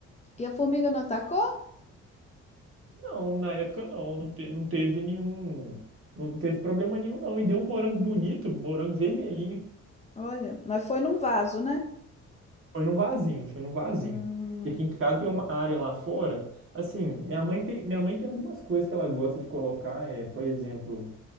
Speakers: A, on the left (about 20°); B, on the right (about 45°).
A: e a formiga não atacou?
B: Não, na época não, não, te- não teve nenhum, não teve problema nenhum, não. E deu um morango bonito, morango vermelhinho.
A: Olha, mas foi num vaso, né?
B: Foi num vasinho, foi num vasinho.
A: Hum,
B: E aqui em casa tem uma área lá fora. Assim, minha mãe tem, minha mãe tem algumas coisas que ela gosta de colocar. É, por exemplo,